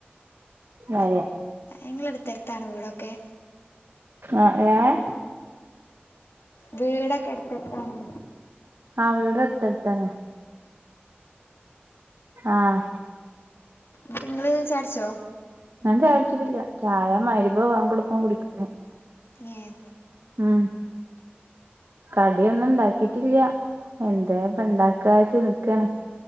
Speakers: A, on the right (about 80°); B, on the left (about 80°).
A: ഭാര്യ.
B: ഇങ്ങള് എട്ത്തെട്ത്താണൊ വീടൊക്കെ?
A: ആഹ് ഏഹ്
B: വീടൊക്കെ എട്ത്തെട്ത്താണ്.
A: ആഹ്, വീടട്ത്തട്ത്താണ്. ആഹ്.
B: ങ്ങട്ട്ങ്ങള് ചായട്ച്ചോ?
A: ഞാൻ ചായൊട്ച്ചിട്ടില്ല്യ. ചായ മഅ് രിബ് ബാങ്കൊട്ക്കും കുടിക്കാന്.
B: ഏഹ്.
A: ആഹ്. കടിയൊന്നുണ്ടാക്കിട്ടില്ല്യ. എന്തേപ്പണ്ടാക്കാ ച്ച് നിക്കാണ്.